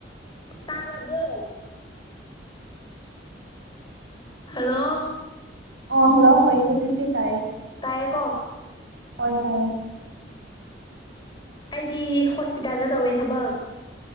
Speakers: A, on the left; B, on the right.
A: ꯇꯔꯥꯕꯣ ꯍꯜꯂꯣ
B: ꯑꯥ ꯍꯜꯂꯣ ꯍꯣꯢ ꯍꯧꯖꯤꯛꯇꯤ ꯇꯥꯏꯌꯦ
A: ꯍꯥꯏꯀꯣ <inaudible>
B: ꯍꯣꯏ ꯇꯥꯏꯌꯦ
A: ꯑꯩꯗꯤ ꯍꯣꯁꯄꯤꯇꯥꯜꯗ ꯇꯧꯋꯦ ꯊꯕꯛ